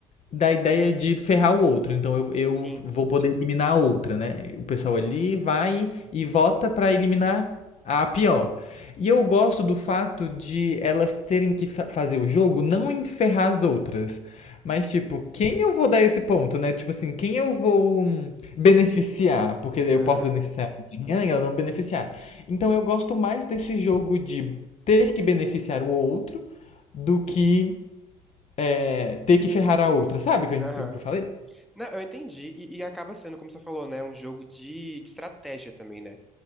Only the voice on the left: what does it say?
da ideia de ferrar o outro. Então eu, eu
vou poder eliminar a outra, né? O pessoal ali vai e vota pra eliminar a pior. E eu gosto do fato de elas terem que fa- fazer o jogo não enferrar as outras. Mas, tipo, quem eu vou dar esse ponto, né? Tipo assim, quem eu vou hum, beneficiar? Porque eu
posso beneficiar amanhã e ela não beneficiar. Então eu gosto mais desse jogo de ter que beneficiar o outro do que é, ter que ferrar a outra, sabe o que eu,
o que eu falei?